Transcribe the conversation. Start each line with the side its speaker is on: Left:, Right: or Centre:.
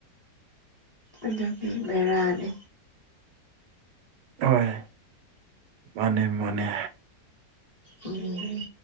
Left: ꯑꯗꯨꯒꯤ ꯕꯦꯔꯥꯅꯤ
Right: ꯍꯣꯏ ꯃꯥꯅꯦ ꯃꯥꯅꯦ
Left: ꯎꯝ